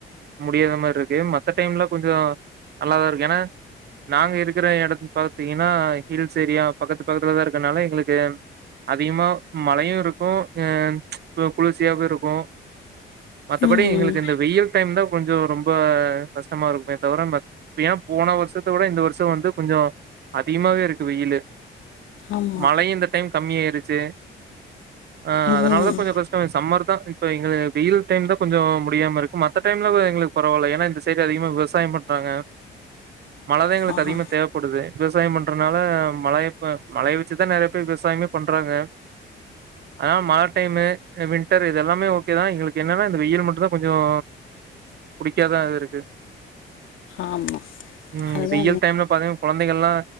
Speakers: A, on the right; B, on the left.
A: முடியாத மாதிரி இருக்கு மத்த டைம்ல கொஞ்சம் நல்லாதா இருக்கு ஏன்னா நாங்க இருக்கிற இடத்து பார்த்தீங்கன்னா ஹில்ஸ் ஏரியா பக்கத்து பக்கத்துல தா இருக்கனால எங்களுக்கு அதிகமா மழையும் இரு இருக்கு ஹ குளிர்சியாக இருக்கும் மத்தபடி
B: ம்.
A: எங்களுக்கு
B: ம்.
A: இந்த வெயில் டைம் தா கொஞ்சம் ரொம்ப கஷ்டமா இருக்குமே தவிர ஏன்னா போன வருஷத்த விட இந்த வருஷம் வந்து கொஞ்சம் அதிகமாவே இருக்கு வெயிலு
B: ஆமா.
A: மழையும் இந்த டைம் கம்மிய ஆயிருச்சு ஆஹ்
B: ம்.
A: அதனால தா கொஞ்சம் கஷ்டமே சமர் தா இப்ப எங்களுக்கு வெயில் டைம் தான் கொஞ்சம் முடியாம இருக்கு மத்த டைம்ல எங்களுக்கு பரவாயில்லை ஏன்னா இந்த சைடு அதிகமா விவசாயம் பண்றாங்க மழதா எங்களுக்கு
B: ஆஹா.
A: அதிகமா தேவைப்படுது விவசாயம் பண்றதுனால மழையப்ப மழைய வச்சுதா நிறைய பேர் விவசாயமே பண்றாங்க அதனால மல டைமு வின்டர் இது எல்லாமே ஓகேதா எங்களுக்கு என்னன்னா இந்த வெயில் மட்டும்தா கொஞ்சம் புடிக்காதா இருக்கு
B: ஆமா
A: உம்
B: அதுதா
A: வெயல் டைம்ல பாத்தீங்கன்னா குழந்தைகள் எல்லா